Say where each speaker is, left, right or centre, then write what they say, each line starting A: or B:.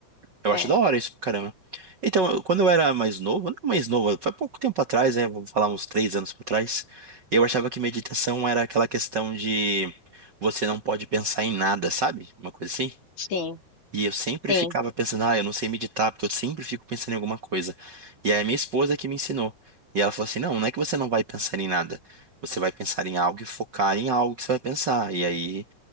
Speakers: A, on the right; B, on the left.
A: Eu acho
B: É,
A: da hora isso pra caramba. Então, eu- quando eu era mais novo, não mais novo, foi pouco tempo atrás, né? Vou falar uns três anos pra trás. Eu achava que meditação era aquela questão de você não pode pensar em nada, sabe? Uma coisa assim.
B: sim,
A: E eu sempre
B: sim.
A: ficava pensando, ah, eu não sei meditar, porque eu sempre fico pensando em alguma coisa. E aí a minha esposa que me ensinou. E ela falou assim, não, não é que você não vai pensar em nada. Você vai pensar em algo e focar em algo que você vai pensar. E aí,